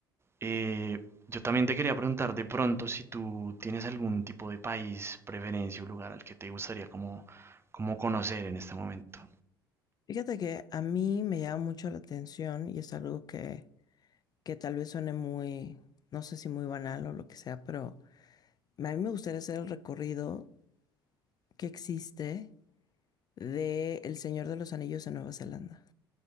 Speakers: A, on the right; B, on the left.
A: Eh, yo también te quería preguntar de pronto si tú tienes algún tipo de país, preferencia o lugar al que te gustaría como, como conocer en este momento.
B: Fíjate que a mí me llama mucho la atención y es algo que que tal vez suene muy, no sé si muy banal o lo que sea, pero a mí me gustaría hacer el recorrido que existe de El Señor de los Anillos en Nueva Zelanda.